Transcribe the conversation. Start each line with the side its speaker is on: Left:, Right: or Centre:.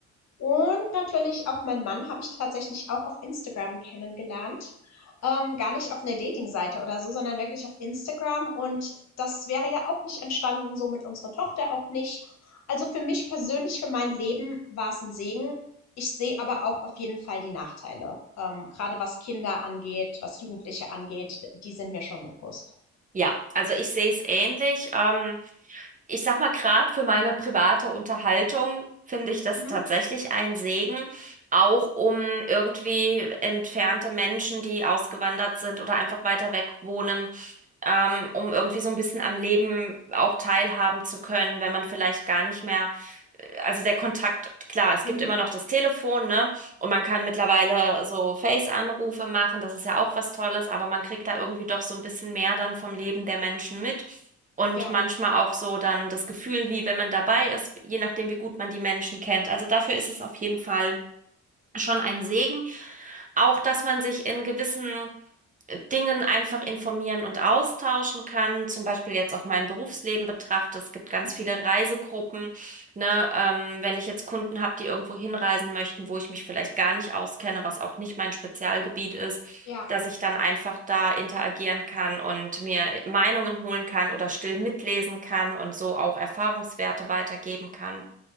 Left: Und natürlich auch mein Mann habe ich tatsächlich auch auf Instagram kennengelernt. Ähm, gar nicht auf einer Dating-Seite oder so, sondern wirklich auf Instagram. Und das wäre ja auch nicht entstanden, so mit unserer Tochter auch nicht. Also, für mich persönlich, für mein Leben war es ein Segen. Ich sehe aber auch auf jeden Fall die Nachteile, ähm, grade was Kinder angeht, was Jugendliche angeht, die sind mir schon bewusst.
Right: Ja, also ich sehe es ähnlich. Ähm, ich sag mal, gerade für meine private Unterhaltung finde ich das
Left: Mhm,
Right: tatsächlich ein Segen, auch um irgendwie entfernte Menschen, die ausgewandert sind oder einfach weiter weg wohnen, ähm, um irgendwie so ein bisschen am Leben auch teilhaben zu können, wenn man vielleicht gar nicht mehr also der Kontakt, klar, es
Left: mhm,
Right: gibt immer noch das Telefon, ne? Und man kann mittlerweile so Face-Anrufe machen, das ist ja auch was Tolles, aber man kriegt da irgendwie doch so ein bisschen mehr dann vom Leben der Menschen mit. Und
Left: ja,
Right: manchmal auch so dann das Gefühl, wie wenn man dabei ist, je nachdem, wie gut man die Menschen kennt. Also dafür ist es auf jeden Fall schon ein Segen. Auch, dass man sich in gewissen Dingen einfach informieren und austauschen kann. Zum Beispiel jetzt auf mein Berufsleben betrachte. Es gibt ganz
Left: mhm,
Right: viele Reisegruppen, ne? Ähm, wenn ich jetzt Kunden habe, die irgendwo hinreisen möchten, wo ich mich vielleicht gar nicht auskenne, was auch nicht mein Spezialgebiet ist,
Left: ja.
Right: dass ich dann einfach da interagieren kann und mir Meinungen holen kann oder still mitlesen kann und so auch Erfahrungswerte weitergeben kann.